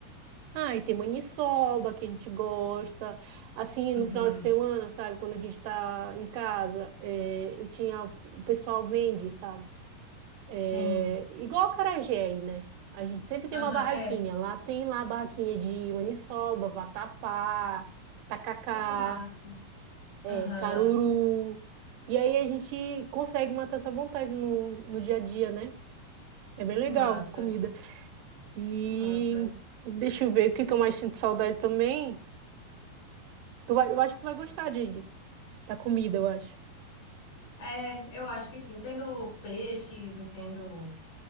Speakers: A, on the right; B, on the left.
A: Ah, e tem maniçoba que a gente gosta. Assim,
B: Uhum.
A: no final de semana, sabe? Quando a gente tá em casa, é, eu tinha. O pessoal vende, sabe? É,
B: Sim.
A: igual a acarajé aí, né? A gente sempre tem
B: Aham,
A: uma barraquinha.
B: é.
A: Lá tem lá a barraquinha de maniçoba, vatapá, tacacá.
B: Ah, que massa.
A: É,
B: Aham,
A: caruru. E aí a gente consegue matar essa vontade no, no dia a dia, né? É bem
B: que
A: legal,
B: massa.
A: comida. E
B: Que massa.
A: deixa eu ver o que que eu mais sinto saudade também. Tu vai, eu acho que tu vai gostar, Didi, da comida, eu acho.
B: É, eu acho que sim. Tendo peixes e tendo